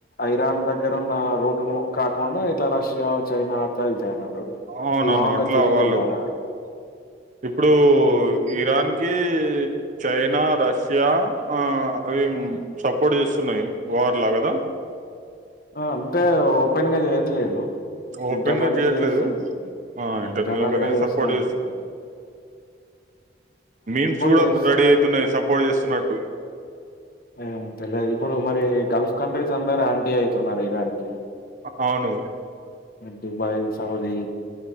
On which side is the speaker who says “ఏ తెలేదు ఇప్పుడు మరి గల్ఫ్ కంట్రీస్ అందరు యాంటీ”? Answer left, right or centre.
Left